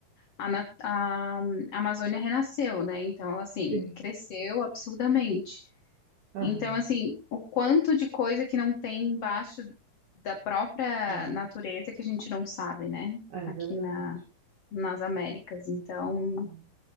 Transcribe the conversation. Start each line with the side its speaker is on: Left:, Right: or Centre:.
Left: a, na- a- a Amazônia renasceu, né? Então, ela, assim,
Right: sim.
Left: cresceu absurdamente. Então,
Right: Aham,
Left: assim, o quanto de coisa que não tem embaixo da própria
Right: ah,
Left: natureza que a gente não sabe, né?
Right: é
Left: Aqui
Right: verdade.
Left: na, nas Américas. Então,
Right: Aham.